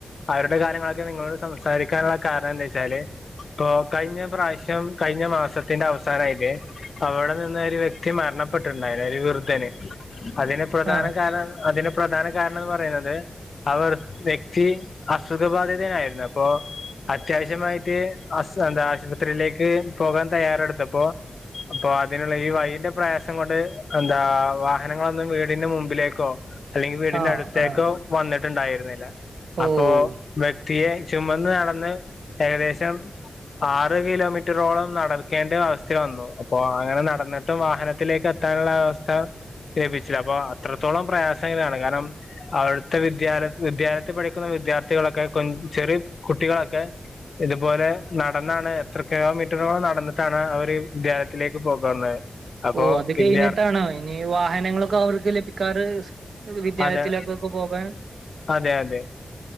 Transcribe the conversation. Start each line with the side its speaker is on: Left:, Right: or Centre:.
Left: അവരുടെ കാര്യങ്ങളൊക്കെ നിങ്ങളോട് സംസാരിക്കാനുള്ള കാരണം എന്താ വെച്ചാല് ഇപ്പോ കഴിഞ്ഞ പ്രാവശ്യം കഴിഞ്ഞ മാസത്തിന്റെ അവസാനായില് അവിടെ നിന്ന ഒരു വ്യക്തി മരണപെട്ടിട്ടുണ്ടായിരുന്ന് ഒരു വൃദ്ധന് അതിന് പ്രധാന
Right: ആ
Left: കാരണം അതിന് പ്രധാന കാരണം എന്ന് പറയുന്നത് അവർ വ്യക്തി അസുഖബാധിതയായിരുന്നു അപ്പോ അത്യാവശ്യമായിട്ട് ആസ് എന്താ ആശുപത്രിയിലേക്ക് പോകാൻ തയ്യാറെടുത്തപ്പോ അപ്പൊ അതിനുള്ള ഈ വയിന്റെ പ്രയാസം കൊണ്ട് എന്താ വാഹനങ്ങളൊന്നും വീടിന്റെ മുമ്പിലേക്കോ അല്ലെങ്കി വീടിന്റെ
Right: ആ
Left: അടുത്തേക്കോ
Right: ആ
Left: വന്നിട്ടുണ്ടായിരുന്നില്ല അപ്പോ
Right: ഓ
Left: വ്യക്തിയെ ചുമന്ന് നടന്ന് ഏകദേശം ആറ് കിലോമീറ്ററോളം നടക്കേണ്ട അവസ്ഥ വന്നു അപ്പൊ അങ്ങനെ നട നടന്നിട്ടും വാഹനത്തിലേക്ക് എത്താനുള്ള അവസ്ഥ ലഭിച്ചില്ല അപ്പൊ അത്രത്തോളം പ്രയാസങ്ങളാണ് കാരണം അവിടുത്തെ വിദ്യാല വിദ്യാലയത്തി പഠിക്ക ക്കുന്ന വിദ്യാർത്ഥികളൊക്കെ കൊഞ് ചെറിയ കുട്ടികളൊക്കെ ഇതുപോലെ നടന്നാണ് എത്ര കിലോമീറ്ററോളം നടന്നിട്ടാണ് അവര് വിദ്യാലയത്തിലേക്ക് പോകുന്നത് അപ്പൊ
Right: ഓഹ് അത്
Left: വിദ്യാർ
Right: കഴിഞ്ഞിട്ടാണ ഇനി വാഹനങ്ങളൊക്കെ അവർക്ക് ലഭിക്കാറ് വിദ്യാലയത്തിലേക്കൊക്ക
Left: അതെ
Right: പോകാൻ
Left: അതെ അതെ